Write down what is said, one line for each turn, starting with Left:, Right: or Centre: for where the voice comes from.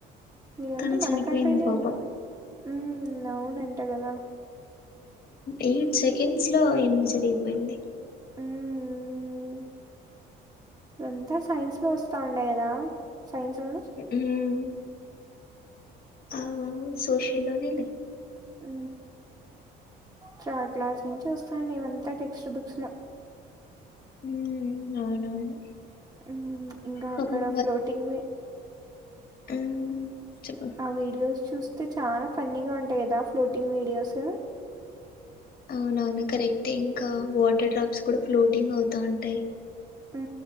Right: వీళ్ళంతా
Left: తను
Right: మనకంట్రీ
Left: చనిపోయింది
Right: నేమో
Left: పాప
Right: ఉ అవునంట గదా
Left: ఎయిట్ సెకండ్స్ లో ఎండ్ జరిగిపోయింది
Right: ఉమ్ మ్మ్ ఇదంత సైన్స్ లో వస్తా ఉండే కదా సైన్స్ లో
Left: ఉమ్ ఆ సోషల్ లోనే
Right: ఆ థర్డ్ క్లాస్ నుంచి వస్తాండే ఇదంతా టెక్స్ట్ బుక్స్ లో
Left: హ్మ్. అవునవును.
Right: ఉ ఇంకా
Left: పాపం
Right: అక్కడ ఫ్లోటింగ్
Left: ఉ చెప్పు
Right: ఆ వీడియోస్ చూస్తే చాలా ఫన్నీగా ఉంటాయి కదా ఫ్లోటింగ్ వీడియోస్
Left: అవునవును కరెక్టే ఇంకా వాటర్ డ్రాప్స్ కూడా ఫ్లోటింగ్ అవుతా ఉంటాయి
Right: ఉ